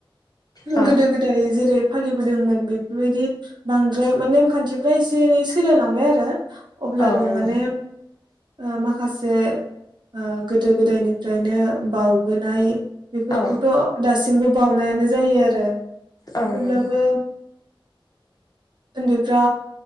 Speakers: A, on the left; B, on the right.
A: औ
B: गोदो गोदाय जेरै फालिबोदोंमोन बेफोरबायदि बांद्राय माने नेमखान्थिफ्रा एसे एनै सोलायलांबाय आरो। अब्लाबो
A: औ नंगौ
B: माने। ओ माखासे ओ गोदो गोदायनिफ्रायनो बावबोनाय बेफोरखौथ'
A: औ
B: दासि <unintelligible> बावनायानो ज जायो आरो।
A: औ
B: अब्लाबो
A: नंगौ
B: ओन्दैफ्रा